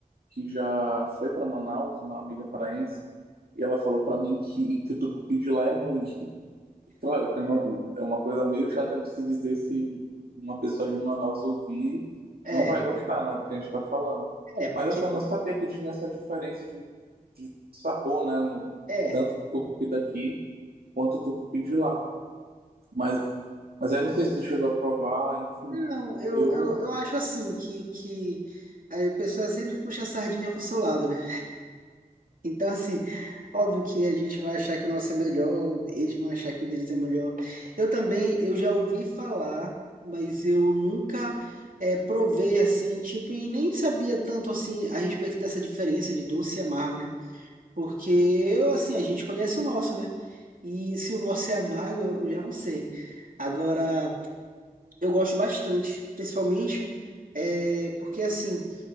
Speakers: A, on the right (about 85°); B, on the right (about 65°).
A: que já foi para Manaus, uma amiga paraense, e ela falou para mim que, que o tucupi de lá é ruim. Claro que não, é uma coisa meio chata de se dizer se uma pessoa de Manaus ouvir
B: é,
A: não vai gostar, né, do que a gente está falando.
B: é, porque
A: Mas assim, eu não sabia que tinha essa diferença de, de sabor, né, no,
B: é.
A: tanto do tucupi daqui quanto do tucupi de lá. Mas, mas aí não sei se tu chegou a provar, enfim.
B: Não, eu,
A: Eu,
B: eu, eu acho assim que, que a pessoa sempre puxa a sardinha pro seu lado, né? Então, assim, óbvio que a gente vai achar que o nosso é melhor, eles vão achar que o deles é melhor. Eu também, eu já ouvi falar, mas eu nunca eh, provei assim, tipo, e nem sabia tanto assim a respeito dessa diferença de doce e amargo, né? Porque, assim, a gente conhece o nosso, né? E se o nosso é amargo, eu eu já não sei. Agora, eu gosto bastante, principalmente é, porque, assim,